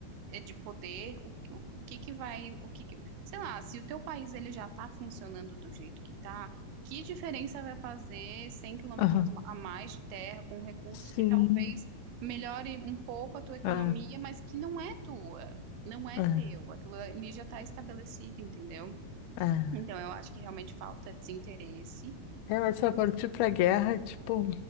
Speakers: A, on the right (about 85°); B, on the left (about 85°).
A: é, de poder. O, o, o que que vai, o que que- sei lá, se o teu país ele já está funcionando do jeito que está, que diferença vai fazer cem quilômetros
B: aham,
A: a mais de terra com recursos
B: sim,
A: que talvez melhore um pouco a tua economia,
B: é,
A: mas que não é tua, não é
B: é,
A: teu. Aquilo ali já está estabelecido, entendeu?
B: é.
A: Então, eu acho que realmente falta desinteresse.
B: É, mas se eu partir para guerra, é tipo,